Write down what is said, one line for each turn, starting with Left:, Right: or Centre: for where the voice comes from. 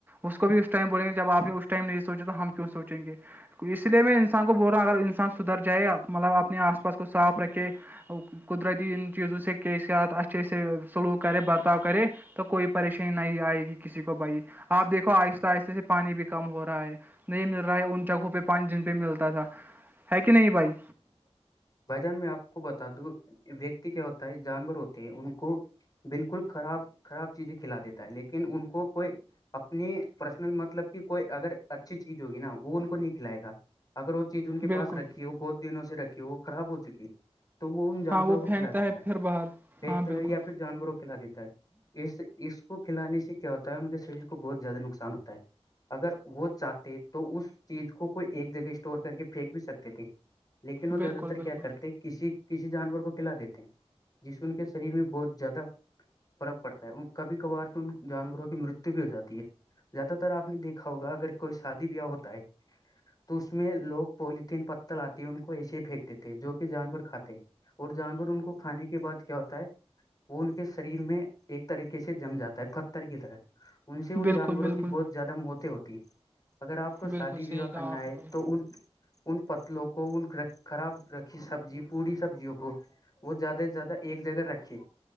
Right: اس کو بھی اس ٹائم بولیں گے جب آپ نے اس ٹائم نہیں سوچا تو ہم کیوں سوچیں گے تو اس لیے میں انسان کو بول رہا اگر انسان سدھر جائے مطلب اپنے آس پاس کو صاف رکھے قدرتی چیزوں سے کی سیااتسھ سے سلوک کرے برتؤ کرے تو کوئی پریشانی نہیں آئے گی کسی کو بائی آپ دیکو آہستہ آہستہ سے پانی بھی کم ہو رہا ہے نہیں مل رہا ہے ان جگہوں پہ پانچ دن پہ ملتا تھا ہے کہ نہیں بھائی
Left: بجان میں آپ کو بتا دوں ویکتی کیا ہوتا ہے جانور ہوتے ہیں ان کو بالکل خراب خراب چیزیں کھلا دیتا ہے لیکن ان کو کوئی اپنی پرسنل مطلب کی کوئی اگر اچھی چیز ہوگی نا وہ ان کو نہیں کھلائے گا اگر وہ چیز ان کے
Right: بالکل
Left: پس رکھی ہے وہ بہت دنوں سے رکھی وہ خراب ہو چک ہے تو وہ ان جانوروں
Right: ہاں وہ
Left: کو
Right: پھینکتا
Left: کھلا دیتا ہے
Right: پھر باہر
Left: پھیکتا
Right: ہاں بالکل
Left: ہے یا پھر جانوروں کھلا دیتا ہے اس کو کھلانے سے کیا ہوتا ہے ان کے شریر کو بہت زیادہ نقصان ہوتا ہے اگر وہ چاہتے تو اس چیز کو کوئی ایک جگہ اسٹور کر کے پھینک بھی سکتے تھے لیکن وہ
Right: بالکل
Left: زیادہ تر
Right: بالکل
Left: کیا کرتے کسی کسی جانور کو کھلا دیتے ہیں جسے ان کے شریر میں بہت زیادہ فرق پڑتا ہے کبھی کبھار تو ان جانوروں کی مرتو بھی ہو جاتی ہے زیادہ تر آپ نے دیکھا ہوگا اگر کوئی شادی بیاہ ہوتا ہے تو اس میں لوگ پولیتھیین پتل آتے ان کو ایسے ہی پھینکتے تھے جو کہ جانور کھاتے ہیں اور جانور ان کو کھانے کے بعد کیا ہوتا ہے وہ ان کے شریر میں ایک طریقے سے جم جاتا ہے پتر کی طرح ان سے ان
Right: بالکل
Left: جانوروں
Right: بالکل
Left: کی بہت زیادہ موتیں ہوتی ہے اگر آپ کو
Right: بالکل
Left: شادی
Right: صحیح
Left: وواہ کرنا
Right: کہا آپ
Left: ہے
Right: نے بھائی
Left: تو ان ان پتلوں کو کوول خراب رکھی سبزی پوری سبزیوں کو <inaudible> وہ زیادہ سے زیادہ ایک جگہ رکھے